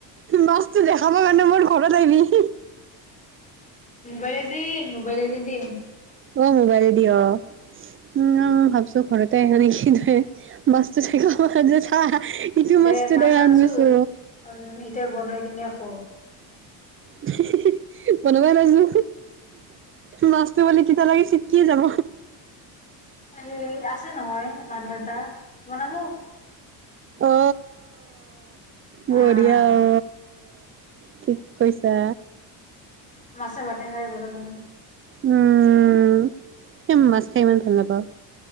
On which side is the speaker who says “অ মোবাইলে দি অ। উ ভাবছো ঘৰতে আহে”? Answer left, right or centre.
Right